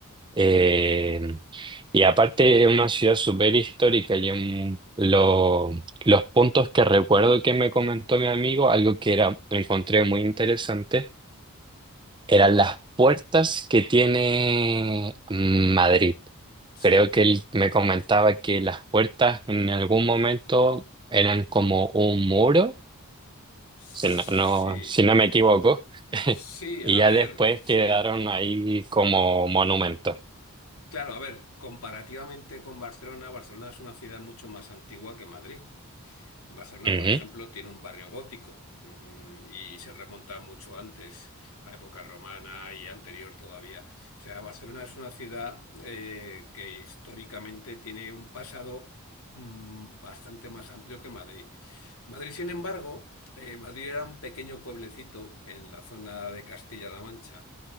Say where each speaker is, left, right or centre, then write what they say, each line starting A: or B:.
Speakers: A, on the right; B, on the left.
A: Eh, y aparte es una ciudad súper histórica y en lo- los puntos que recuerdo que me comentó mi amigo, algo que era, encontré muy interesante, eran las puertas que tiene mm, Madrid.
B: sí.
A: Creo que él me comentaba que las puertas en algún momento eran como un muro,
B: Sí,
A: si no, no- si no me equivoco,
B: sí,
A: y
B: a
A: ya
B: ver,
A: después
B: sí.
A: quedaron ahí como monumentos.
B: Claro, a ver, comparativamente con Barcelona, Barcelona es una ciudad mucho más antigua que Madrid. Barcelona,
A: Ujú.
B: por ejemplo, tiene un barrio gótico mm, y se remonta mucho antes, a época romana y anterior todavía. O sea, Barcelona es una ciudad eh, que históricamente tiene un pasado mm, bastante más amplio que Madrid. Madrid, sin embargo, eh, Madrid era un pequeño pueblecito en la zona de Castilla-La Mancha